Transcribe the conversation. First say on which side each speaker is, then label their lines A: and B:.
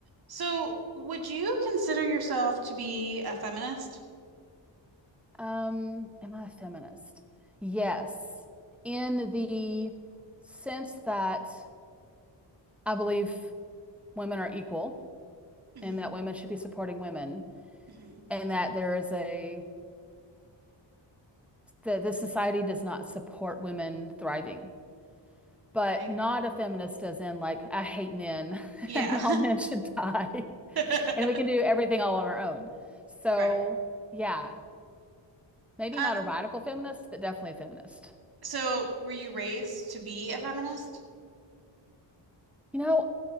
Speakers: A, on the right; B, in the centre.
A: So, would you consider yourself to be a feminist?
B: Um, am I a feminist? Yes, in the sense that I believe women are equal
A: hmm
B: and that women should be supporting women
A: hmm
B: and that there is a that this society does not support women thriving. But
A: I agree.
B: not a feminist as in like I hate men <laughs>
A: Yeah.
B: and all men should die
A: <laughs>
B: <laughs> and we can do everything all on our own. So,
A: Right.
B: yeah, maybe
A: Um,
B: not a radical feminist, but definitely a feminist.
A: so were you raised to be a feminist?
B: You know,